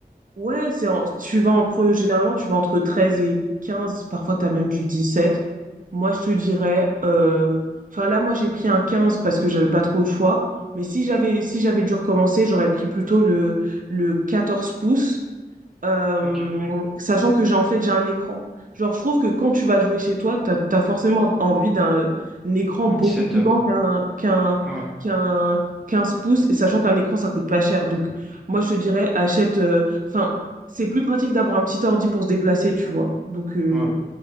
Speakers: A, on the right; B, in the centre.
A: Ouais, c'est en- tu vas entre, généralement, tu vas entre 13 et quinze parfois t'as même du dix sept Moi, je te dirais, euh, enfin là, moi, j'ai pris un 15 parce que j'avais pas trop le choix. Mais si j'avais si j'avais dû recommencer, j'aurais pris plutôt le, le 14 pouces euh,
B: Ok,
A: sachant que j'ai en fait j'ai un écran. Genre, je trouve que quand tu vas jouer chez toi, t'as, t'as forcément envie d'un un écran
B: un
A: beaucoup
B: petit setup.
A: plus grand qu'un qu'un
B: Ouais,
A: qu'un 15 pouces, et sachant qu'un écran, ça coûte pas cher. Donc, moi, je te dirais, achète. euh, Enfin, c'est plus pratique d'avoir un petit ordi pour se déplacer, tu vois. Donc, euh,
B: ouais.